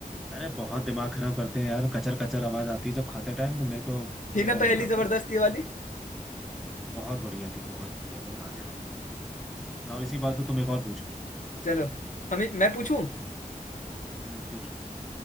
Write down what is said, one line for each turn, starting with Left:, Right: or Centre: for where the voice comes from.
Centre: अरे बहुत दिमाग खराब करते हैं यार कचर कचर आवाज आती है जब खाते टाइम तो मेरे को थूकने
Left: थी ना
Centre: का मन
Left: पहली
Centre: करता
Left: जबरदस्ती
Centre: है
Left: वाली
Centre: बहुत बढ़िया थी बहुत बढ़िया मजा आ गया भाई लाओ इसी बात पे तुम एक और पूछो
Left: चलो हम मैं पूछूं
Centre: हम्म पूछो